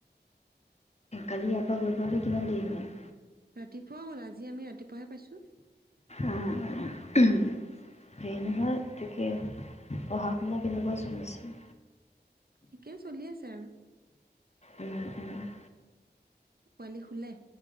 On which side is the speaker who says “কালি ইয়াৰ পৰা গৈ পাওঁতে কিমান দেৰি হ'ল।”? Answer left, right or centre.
Left